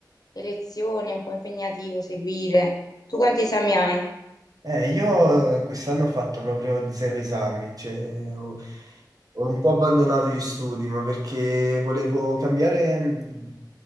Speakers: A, on the left (about 55°); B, on the right (about 55°).
A: le lezioni è un po' impegnativo seguire. Tu quanti esami hai?
B: Eh, io eh, quest'anno ho fatto proprio zero esami, cioè ho, ho un po' abbandonato gli studi, ma perché volevo cambiare, mh,